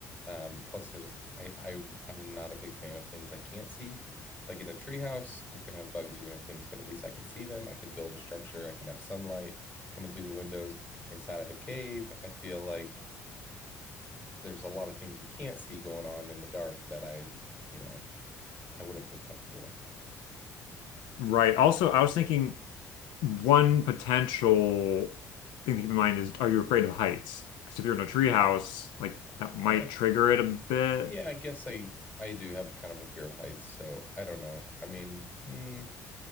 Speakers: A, on the left; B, on the left.
A: Um, plus, there's I, I I'm not a big fan of things I can't see. Like in a tree house, you're gonna have bugs, you're gonna have things, but at least I could see them. I could build a structure. I can have sunlight coming through the windows. Inside of a cave, I feel like there's a lot of things you can't see going on in the dark that I, you know, I wouldn't feel comfortable with.
B: Right. Also, I was thinking one potential thing to keep in mind is are you afraid of heights? Because if you're in a tree house, like that
A: Eh,
B: might trigger it a bit.
A: Yeah, I guess I I do have kind of a fear of heights, so I don't know. I mean, mm,